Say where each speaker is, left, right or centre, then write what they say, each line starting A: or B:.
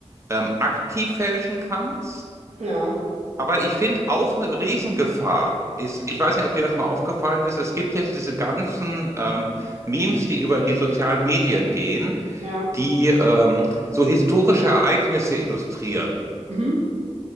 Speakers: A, on the right; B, on the right.
A: ähm, aktiv fälschen kannst.
B: Ja,
A: Aber ich finde auch eine Riesengefahr ist, ich weiß nicht, ob dir das mal aufgefallen ist, es gibt jetzt diese ganzen ähm, Memes, die über die sozialen Medien gehen,
B: ja,
A: die ähm, so historische Ereignisse illustrieren.
B: mhm.